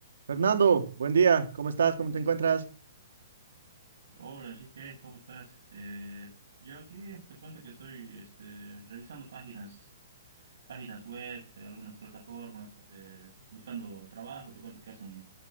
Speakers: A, on the right; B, on the right.
A: Fernando, buen día. ¿Cómo estás? ¿Cómo te encuentras?
B: Hola Enrique, ¿cómo estás? Eh, yo aquí te cuento que estoy este, revisando páginas, páginas web, eh, algunas plataformas, eh, buscando trabajo. Te cuento que hace un,